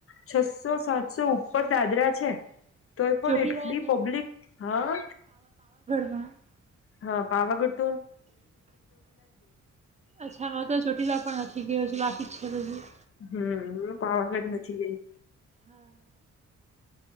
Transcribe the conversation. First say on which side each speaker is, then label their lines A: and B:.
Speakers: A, on the left; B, on the right.
A: છસો સાતસો ઉપર દાદરા છે તોય પણ
B: ચોટીલા
A: એટલી પબ્લિક હા
B: હ
A: હા પાવગુટ
B: અચ્છા હ તો ચોટીલા પણ નથી ગયો છું લ્ટ ટ્યા લ
A: હમ હ પાવાગઢ નથી ગઈ.
B: હા.